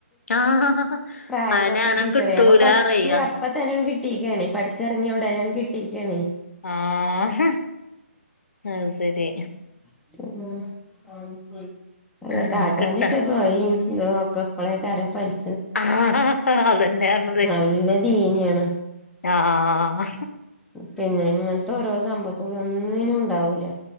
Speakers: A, on the left; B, in the centre.
A: ആഹ്
B: പ്രായം
A: അയന്നെ
B: കുറഞ്ഞ
A: അങ്ങനെ
B: ടീച്ചറെ
A: കിട്ടൂല
B: അപ്പൊ പഠിച്ച്
A: അറിയ
B: അപ്പ തന്നെ ണ് കിട്ടീക്കാണേ പഠി ചെറങ്ങിയ ഉടനെ ങ്ങട് കിട്ടിക്കാണേ?
A: ആഹ അത്ശരി.
B: <unintelligible>
A: അങ്ങനെ
B: താത്താന്റെക്കെ
A: കിട്ടാ
B: ദൊയിഒകെ ഇപ്പളേ കാരും ഫലി
A: ആ അതന്നെയാണത്
B: നല്ല ദീനിയാണ്
A: ആഹ
B: പിന്നെ ഇങ്ങനത്തെ ഓരോ സംഭവത്ത് ന് ഒന്നിനും ഉണ്ടാവൂല്ല